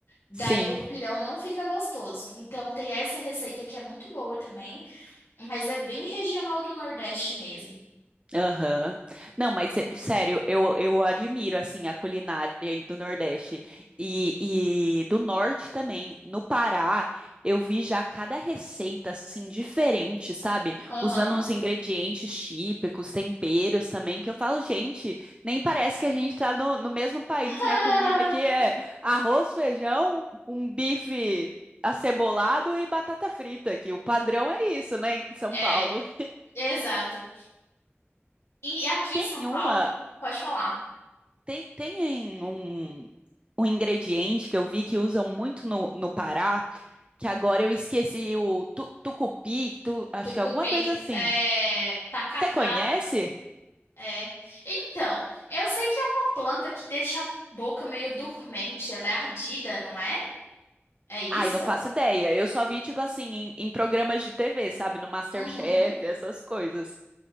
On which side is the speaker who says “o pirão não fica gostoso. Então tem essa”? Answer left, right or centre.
Left